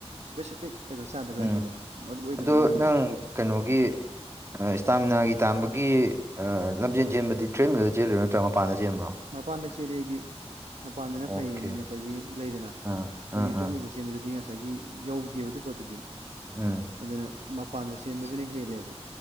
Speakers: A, on the right (about 80°); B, on the right (about 25°).
A: ꯏꯁꯄꯦꯁꯤꯐꯤꯛ ꯑꯣꯏꯕ ꯆꯥꯗꯕ
B: ꯎꯝ
A: ꯌꯥꯗꯦꯕ ꯃꯔꯨ ꯑꯣꯏꯕꯗꯣ
B: ꯑꯗꯣ
A: ꯃꯥꯒꯤ
B: ꯅꯪ ꯀꯩꯅꯣꯒꯤ ꯏꯁꯇꯥꯃꯤꯅꯥꯒꯤ ꯇꯥꯟꯕꯒꯤ ꯂꯝꯖꯦꯟ ꯆꯦꯟꯕꯗꯤ ꯇ꯭ꯔꯦꯟꯃꯛꯇ ꯆꯦꯜꯂꯨꯔꯣ ꯅꯠꯇ꯭ꯔꯒ ꯃꯄꯥꯟꯗ ꯆꯦꯟꯕ꯭ꯔꯣ
A: ꯃꯄꯥꯟꯗ ꯆꯦꯜꯂꯤꯦ ꯑꯩꯗꯤ ꯃꯄꯥꯟꯗꯅ
B: ꯑꯣꯀꯦ
A: ꯐꯩꯌꯦꯅ ꯉꯁꯥꯏꯒꯤ ꯂꯩꯗꯅ ꯑꯩꯈꯣꯏꯒꯤ
B: ꯑꯥ ꯑꯥ
A: ꯇ꯭ꯔꯦꯠꯃꯜꯗ
B: ꯑꯥ
A: ꯆꯦꯟꯕꯗꯨꯗꯤ ꯉꯁꯥꯏ ꯉꯁꯥꯏꯒꯤ ꯌꯧꯗꯦꯕ ꯑꯗꯨ ꯄꯣꯠꯇꯨꯗꯤ
B: ꯎꯝ
A: ꯑꯗꯨꯅ ꯃꯄꯥꯟꯗ ꯁꯦꯝꯕꯁꯤꯅ ꯍꯦꯜꯂꯦꯕ